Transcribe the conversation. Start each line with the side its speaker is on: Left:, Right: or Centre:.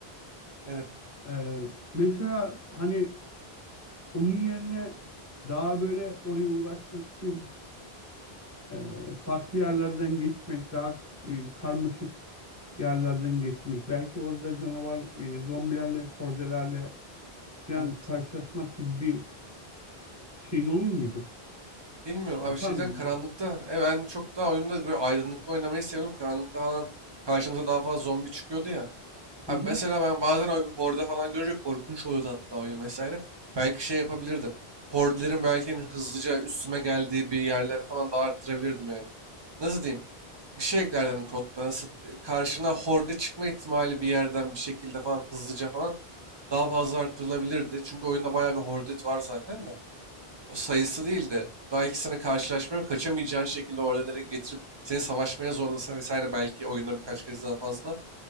Right: evet,
Left: Ee, mesela hani Onun yerine daha böyle oraya ulaşmak için e, farklı yerlerden geçmek, daha e, karmaşık yerlerden geçmek, belki orada canavar, e, zombilerle, hordelerle falan
Right: evet.
Left: karşılaşmak gibi bir şeyin olur muydu?
Right: Bilmiyorum
Left: Yapar
Right: abi şeyden
Left: mıydım
Right: karanlıkta.
Left: ben?
Right: E ben çok daha oyunda böyle aydınlıkta oynamayı seviyorum. Karanlıkta falan karşımıza daha fazla zombi çıkıyordu ya. Abi
Left: Hı hı,
Right: mesela ben bazen o horde falan görünce korkunç oluyordu hatta oyun vesaire. Belki şey yapabilirdim. Hordelerin belki hani hızlıca üstüme geldiği bir yerlere falan daha arttırabilirdim yani. Nasıl diyeyim? Bir şey eklerdim kodda. Nasıl e, karşına horde çıkma ihtimali bir yerden bir şekilde falan hızlıca falan daha fazla arttırılabilirdi. Çünkü oyunda bayağı bir horde var zaten de. O sayısı değil de belki sana karşılaşmaya kaçamayacağın şekilde hordeleri getirip seni savaşmaya zorlasa vesaire belki oyunda birkaç kez daha fazla